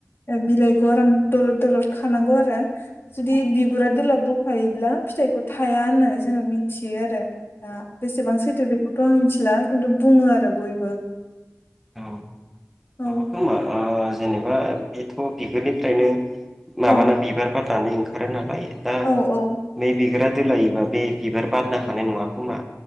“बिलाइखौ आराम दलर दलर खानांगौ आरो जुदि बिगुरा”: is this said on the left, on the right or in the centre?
Left